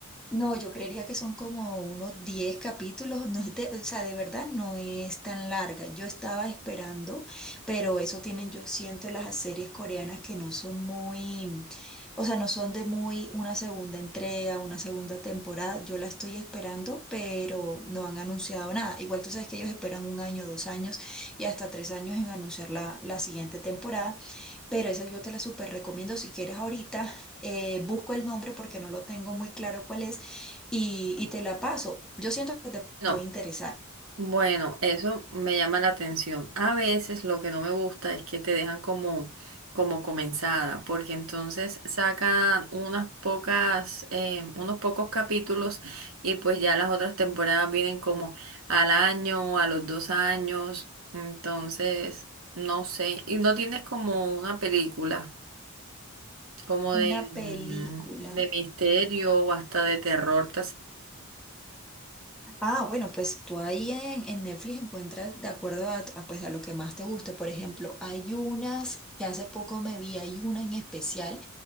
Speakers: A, in the centre; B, on the right.
A: No, yo creería que son como unos 10 capítulos, no es de- o sea, de verdad no es tan larga. Yo estaba esperando, pero eso tienen, yo siento, las series coreanas que no son muy, o sea, no son de muy una segunda entrega, una segunda temporada. Yo la estoy esperando, pero no han anunciado nada. Igual tú sabes que ellos esperan un año, dos años y hasta tres años en anunciar la, la siguiente temporada. Pero esa yo te la súper recomiendo si quieres ahorita. eh, busco el nombre porque no lo tengo muy claro cuál es y, y te la paso. Yo siento que te
B: No.
A: puede interesar.
B: Bueno, eso me llama la atención. A veces lo que no me gusta es que te dejan como, como comenzada, porque entonces sacan unas pocas, eh, unos pocos capítulos y pues ya las otras temporadas vienen como al año, a los dos años, entonces no sé. Y no tienes como una película, como
A: Una
B: de, mm,
A: película.
B: de misterio o hasta de terror. te hace-
A: Ah, bueno, pues tú ahí en, en Netflix encuentras de acuerdo a, a, pues, a lo que más te guste. Por ejemplo, hay unas que hace poco me vi, hay una en especial